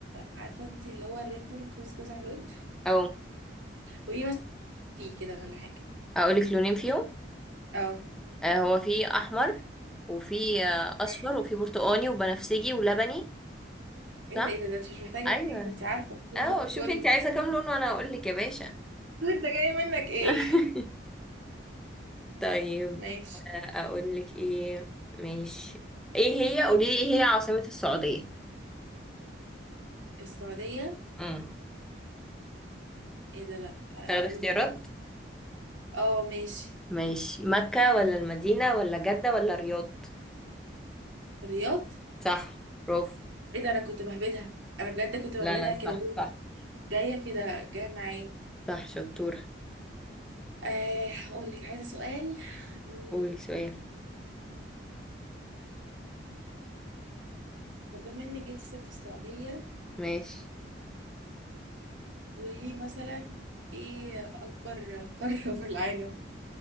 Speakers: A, on the right (about 80°); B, in the centre.
A: عارفة انت اللي هو الرينبو القوس قزح دول
B: أو
A: قولي مثلا فيه كده ولا حاجة
B: أقول لك لونين فيهم
A: اه
B: آه هو في أحمر وفي آه أصفر
A: أيوة.
B: وفي برتقاني وبنفسجي ولبني
A: ايه
B: صح؟
A: ده ايه ده ده انت مش محتاجة
B: أيوه
A: لونين ده انت عارفة كل
B: اه شوفي
A: كل
B: انت عايزة كام لون وانا اقول لك يا باشا
A: <laughs> انت جاي منك ايه
B: <laughs> طيب
A: ماشي
B: اقول لك ايه ماشي ايه هي قولي لي ايه هي عاصمة السعودية
A: السعودية
B: امم
A: ايه ده لأ آه،
B: تاخدي
A: قولي
B: اختيارات
A: لي اه ماشي
B: ماشي مكة ولا المدينة ولا جدة ولا الرياض
A: الرياض
B: صح برافو
A: ايه ده انا كنت بهبدها انا بجد كنت بهبدها
B: لا لا صح
A: كده
B: صح
A: جاية كده جاية معايا
B: صح شطورة
A: أه هقول لك عايزة سؤال مم،
B: قولي سؤال
A: طب بما انك جبتي سيرة السعودية
B: ماشي
A: قولي لي مثلا ايه أكبر قارة في العالم؟